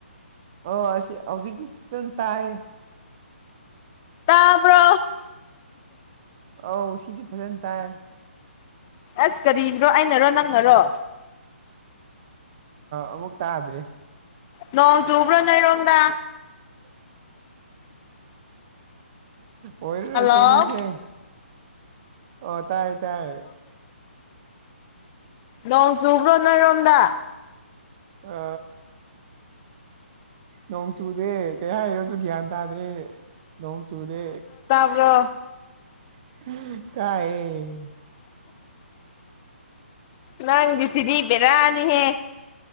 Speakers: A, on the right; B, on the left.
A: ꯑꯣ ꯑꯁꯤ ꯍꯧꯖꯤꯛꯇꯤ ꯈꯤꯇꯪ ꯇꯥꯏꯌꯦ
B: ꯇꯥꯕ꯭ꯔꯣ
A: ꯑꯧ ꯁꯤꯗꯤ ꯐꯖꯅ ꯇꯥꯏ
B: ꯑꯁ ꯀ꯭ꯔꯣ ꯑꯩꯅꯔꯣ ꯅꯪꯅꯔꯣ
A: ꯑꯃꯨꯛ ꯇꯥꯗ꯭ꯔꯦ
B: ꯅꯖ ꯎꯕ꯭ꯔꯣ ꯅ ꯏꯔꯣꯗ
A: ꯎꯝ ꯎꯝ ꯑꯣꯏꯔꯔꯣꯏ
B: ꯍꯜꯂꯣ
A: ꯑꯩꯈꯣꯏꯅꯤꯁꯦ ꯑꯣ ꯇꯥꯏ ꯇꯥꯏꯌꯦ
B: ꯅꯣꯡ ꯆꯨꯕ꯭ꯔꯣ ꯅꯔꯣꯝꯗ
A: ꯑ ꯅꯣꯡ ꯆꯨꯗꯦ ꯀꯩ ꯍꯥꯏꯔꯣ ꯅꯠꯇ꯭ꯔꯣ ꯒ꯭ꯌꯥꯟ ꯇꯥꯗ꯭ꯔꯦ ꯅꯣꯡꯣꯡ ꯆꯨꯗꯦ
B: ꯔꯣ
A: ꯇꯑꯌꯦ
B: ꯅꯪꯗꯤ ꯁꯤꯗꯤ ꯏꯕꯦꯔꯥꯅꯤꯍꯦ